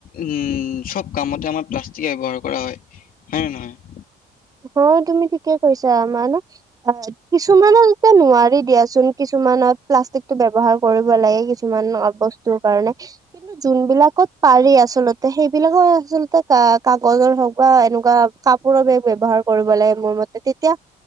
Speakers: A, on the left; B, on the right.
A: উম! চব কামতে আমাৰ, প্লাষ্টিক ব্যৱহাৰ কৰা হয়। হয় নে নহয়?
B: অ'! তুমি ঠিকে কৈছা! আমাৰনো <unintelligible> কিছুমানত এতিয়া, নোৱাৰি দিয়াচোন। কিছুমানত, প্লাষ্টিকটো ব্যৱহাৰ কৰিব লাগে, কিছুমান বস্তু বস্তু কাৰণে। কিন্তু যোনবিলাকত পাৰি আচলতে, সেইবিলাকৰ আচলতে, কা কাগজৰ হওঁক বা এনেকুৱা কাপোৰৰ বেগ ব্যৱহাৰ কৰিব লাগে, মোৰ মতে। তেতিয়া,